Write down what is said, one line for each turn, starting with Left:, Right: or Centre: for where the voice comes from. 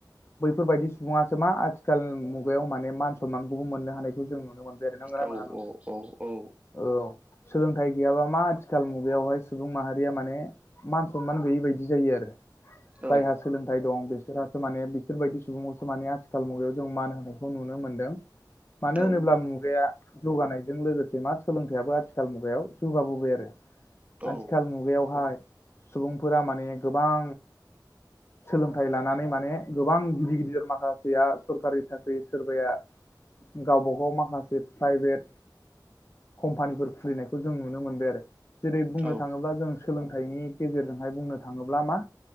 Left: बैफोरबायदि सुबुङासो मा आथिखाल मुगायाव माने मान सनमानखौबो मोननो हानायखौ जों नुनो मोनो दै नों र
Right: औ
Left: नङा
Right: औ औ
Left: औ सोलोंथाइ गैयाबा मा आथिखाल मुगायावहाय सुबुं माहारिया माने मान सनमान गैयि बायदि जायो आरो
Right: औ
Left: जायहा सोलोंथाइ दं बिसोरासो माने बिफोरबायदि सुबुंखौसो माने आथिखाल मुगायाव जों मान होनायखौ नुनो मोन्दों मानो
Right: औ
Left: होनोब्ला मुगाया जौगानायजों लोगोसे मा सोलोंथाइयाबो आथिखाल मुगायाव जौगाबोबाय आरो
Right: औ
Left: आथिखाल मुगायावहाय सुबुंफोरा माने गोबां सोलोंथाइ लानानै माने गोबां गिदिर गिदिर माखासेया सरकारि साख्रि सोरबाया गावब गाव माखासे प्राइभेट कम्पानिफोर खुलिनायखौ जों नुनो मोनबाय आरो जेरै बुंनो
Right: औ औ
Left: थाङोब्ला जों सोलोंथाइनि गेजेरजोंहाय बुंनो थाङोब्ला मा